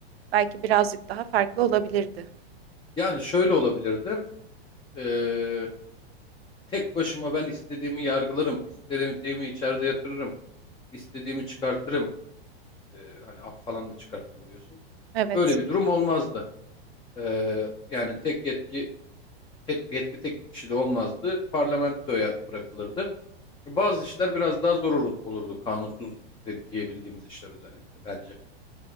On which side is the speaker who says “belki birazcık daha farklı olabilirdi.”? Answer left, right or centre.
Right